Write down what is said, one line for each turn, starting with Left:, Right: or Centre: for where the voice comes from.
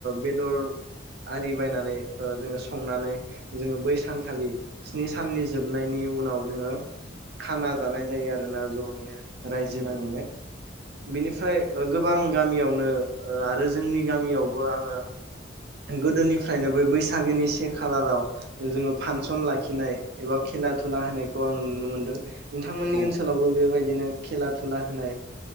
Right: बेदर आरि बायनानै जोङो संनानै जोङो बै सानखालि स्नि साननि जोबनायनि उनाव जोङो खाना जानाय जायो आरोना जयैनो रायजो
Left: बुङो।
Right: नाङैनो बिनिफ्राय गोबां गामियावनो आरो जोंनि गामियावबो आङो गोदोनिफ्रायनो बै बैसागोनि से खालाराव जोङो
Left: औ
Right: फांसन लाखिनाय एबा खेला दुला
Left: औ
Right: होनायखौ आं नुनो मोनदों नोंथांमोननि
Left: औ औ
Right: ओनसोलावबो बेबायदि बिदिनो खेला दुला होनाय